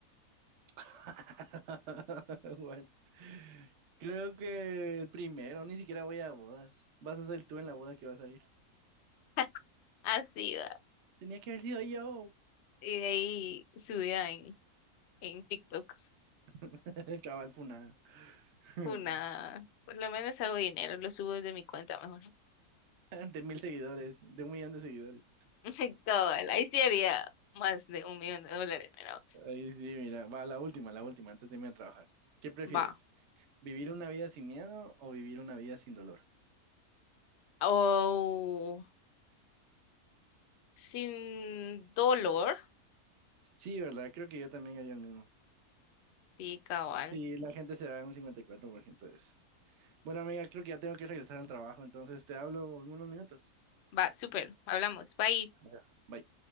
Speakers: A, on the right (about 60°); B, on the left (about 60°).
A: <laughs> What? Creo que el primero, ni siquiera voy a bodas. Vas a ser tú en la boda que vas a ir.
B: <laughs> Así va.
A: Tenía que haber sido yo.
B: Y de ahí subida en, en TikTok
A: <laughs> Cabal funada. <laughs>
B: una, por lo menos hago dinero, lo subo desde mi cuenta mejor.
A: De mil seguidores, de un millón de seguidores.
B: <laughs> Cabal, ahí sí haría más de un millón de dólares, pero
A: Ahí sí, mira, va la última, la última, antes de irme a trabajar. ¿Qué prefieres?
B: va.
A: ¿Vivir una vida sin miedo o vivir una vida sin dolor?
B: O Sin dolor.
A: Sí, ¿verdad? Creo que yo también haría el mismo.
B: Sí, cabal.
A: Sí, la gente se da un 54% de eso. Bueno, amiga, creo que ya tengo que regresar al trabajo, entonces te hablo en unos minutos.
B: Va, súper. Hablamos. Bye.
A: Ya. Bye.